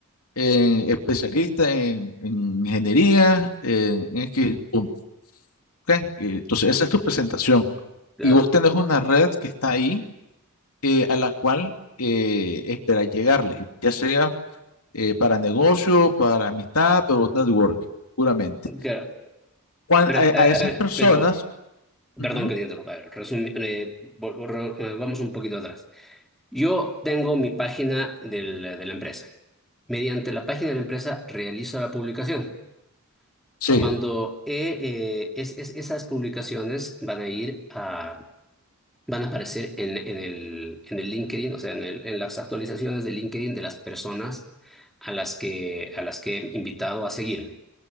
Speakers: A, on the left; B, in the centre.
A: eh, especialista en, en ingeniería, eh, en X punto, ¿ok? Eh, Entonces, esa es tu presentación.
B: claro,
A: Y vos tenés una red que está ahí eh, a la cual eh, esperas llegarle, ya sea eh, para negocio, para amistad, pero network, puramente.
B: claro.
A: cuan-
B: Pero,
A: a,
B: a ver,
A: a esas
B: a ver,
A: personas
B: pero Perdón
A: ujú,
B: que te interrumpa. resumi- eh, vol- vol- eh, vamos un poquito atrás. Yo tengo mi página del- de la empresa. Mediante la página de la empresa realizo la publicación.
A: Sí.
B: Cuando eh, eh, es- es- esas publicaciones van a ir a, van a aparecer en, en el, en el LinkedIn, o sea, en el- en las actualizaciones de LinkedIn de las personas a las que, a las que he invitado a seguirme,